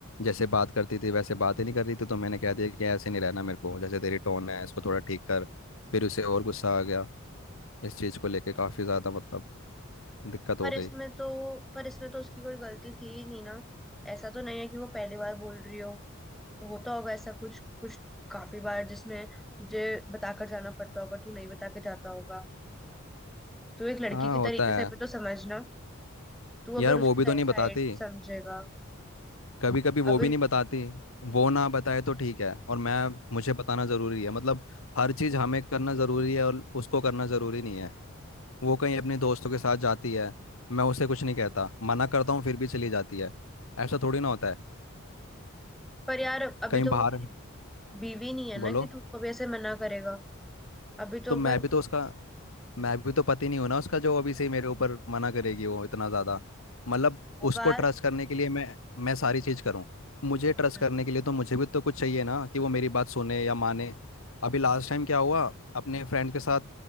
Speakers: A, on the left; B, in the centre.
A: जैसे बात करती थी वैसे बात ही नहीं कर रही थी तो मैंने कह दिया कि ऐसे नहीं रहना मेरे को जैसे तेरी टोन है इसको थोड़ा ठीक कर फिर उसे और गुस्सा आ गया इस चीज़ को लेके काफ़ी ज़्यादा मतलब दिक्कत हो
B: पर
A: गई
B: इसमें तो पर इसमें तो उसकी कोई गलती थी ही नहीं ना ऐसा तो नहीं है कि वो पहली बार बोल रही हो तो होता होगा ऐसा कुछ कुछ काफी बार जिसमें तुझे बताकर जाना पड़ता होगा तू नहीं बता के जाता होगा तो एक लड़की
A: हाँ
B: के
A: होता
B: तरीके
A: है
B: से भी तो समझना तू अगर
A: यार
B: उसकी
A: वो भी तो नहीं
B: साइड
A: बताती
B: से समझेगा
A: कभी कभी वो
B: अभी
A: भी नहीं बताती वो ना बताए तो ठीक है और मैं मुझे बताना ज़रूरी है मतलब हर चीज़ हमें करना ज़रूरी है और उसको करना ज़रूरी नहीं है वो कहीं अपने दोस्तों के साथ जाती है मैं उसे कुछ नहीं कहता मना करता हूँ फिर भी चली जाती है ऐसा थोड़ी ना होता है
B: पर यार अभी
A: कहीं
B: तो
A: बाहर
B: वो तेरी बीवी नहीं है ना
A: बोलो
B: कि तू उसको भी ऐसे मना करेगा अभी तो
A: तो मैं
B: अगर
A: भी तो उसका मैं भी तो पति नहीं हूं ना उसका जो अभी से ही मेरे ऊपर मना करेगी वो इतना ज़्यादा मतलब
B: वो
A: उसको
B: बात
A: ट्रस्ट करने के लिए मैं मैं सारी चीज़ करूँ मुझे ट्रस्ट
B: हम्म,
A: करने के लिए तो मुझे भी तो कुछ चाहिए ना कि वो मेरी बात सुने या माने अभी लास्ट टाइम क्या हुआ अपने फ्रेंड के साथ